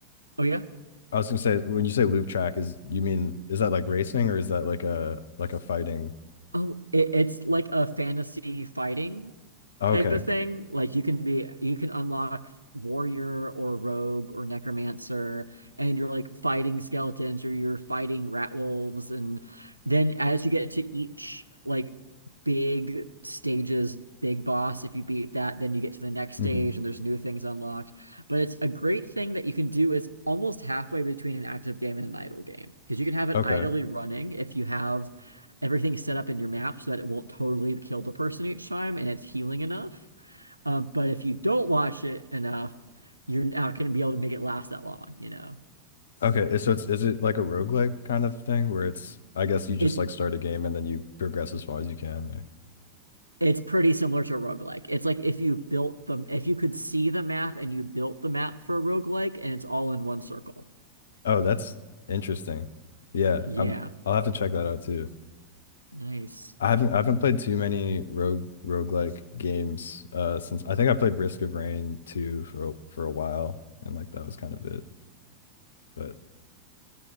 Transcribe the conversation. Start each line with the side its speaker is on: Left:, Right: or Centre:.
Right: oh yeah.
Left: I was gonna say when you say loop track is you mean is that like racing or is that like a like a fighting?
Right: Oh, it, it's like a fantasy fighting
Left: Oh,
Right: type
Left: okay.
Right: of thing. Like you can be, you can unlock warrior or rogue or necromancer, and you're like fighting skeletons or you're fighting rat wolves. And then as you get to each like big stage's big boss, if you beat that, then you get to the next stage
Left: hmm
Right: and there's new things unlocked. But it's a great thing that you can do is almost halfway between an active game and an idle game because you can have it
Left: Okay.
Right: idly running if you have everything is set up in your map so that it won't totally kill the person each time and it's healing enough. Um, but if you don't watch it enough, you're not going to be able to make it last that long, you know.
Left: Okay. So it's is it like a roguelike kind of thing where it's I guess you just
Right: It
Left: like start a game and then you progress as far as you can there.
Right: it's pretty similar to a roguelike. It's like if you built the if you could see the map and you built the map for a roguelike and it's all in one circle.
Left: Oh, that's interesting. Yeah,
Right: Yeah.
Left: I'm I'll have to check that out too.
Right: Nice.
Left: I haven't I haven't played too many rogue roguelike games uh since I think I played Risk of Rain 2 for a- for a while and like that was kind of it. But